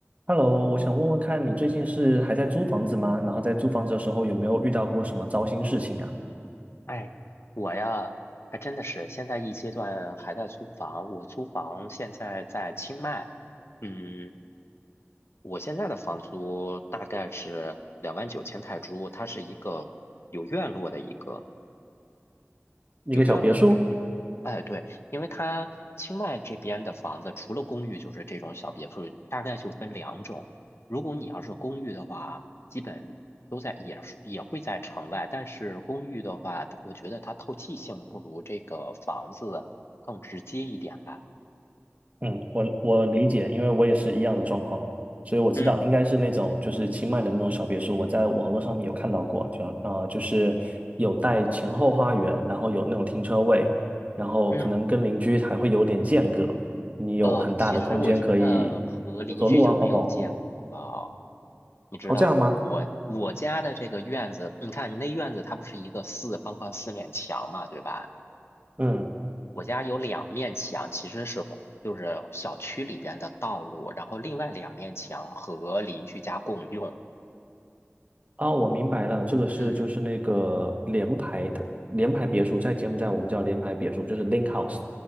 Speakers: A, on the right; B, on the left.
A: Hello，我想问问看你最近是还在租房子吗？然后在租房子的时候有没有遇到过什么糟心事情啊？
B: 哎，我呀，还真的是现在一阶段还在租房。我租房现在在清迈，嗯，我现在的房租大概是两万九千泰铢，它是一个有院落的一个。
A: 一个小别墅，
B: 有院落的这么一个。哎，对，因为它清迈这边的房子，除了公寓就是这种小别墅，大概就分两种。如果你要是公寓的话，基本都在也是也会在城外，但是公寓的话，它我觉得它透气性不如这个房子更直接一点吧。
A: 嗯，我我理解，因为我也是一样的状况，所以我知道应该是那种就是清迈的那种小别墅，
B: 嗯
A: 我在网络上面有看到过，就啊，呃就是有带前后花园，然后有那种停车位，然后可能跟邻居还会有点间隔，
B: 嗯。
A: 你有很大的空间可以走走路啊，
B: 呃，其实我觉得和邻居就没有见过了
A: 跑跑步。
B: 你知道吗？
A: 哦，这样吗？
B: 我我家的这个院子，你看你那院子它不是一个四方方四面墙嘛，对吧？
A: 嗯。
B: 我家有两面墙，其实是公就是小区里边的道路，然后另外两面墙和邻居家共用。
A: 啊，我明白了，这个是就是那个联排的联排别墅，
B: 嗯。
A: 在柬埔寨我们叫联排别墅，就是 link house。